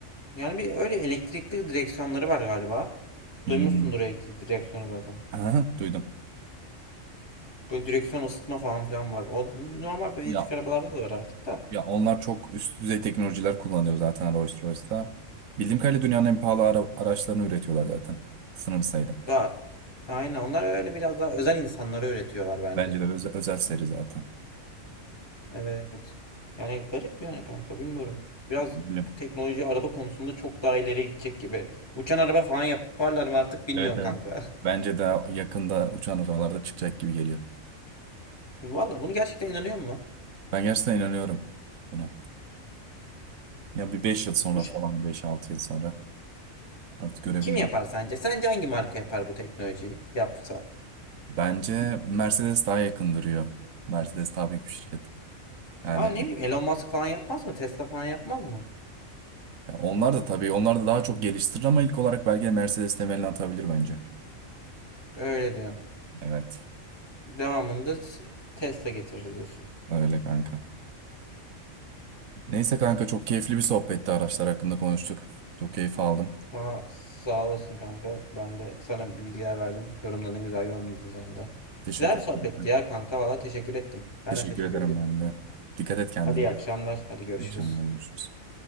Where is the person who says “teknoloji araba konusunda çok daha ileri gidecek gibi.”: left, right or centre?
Left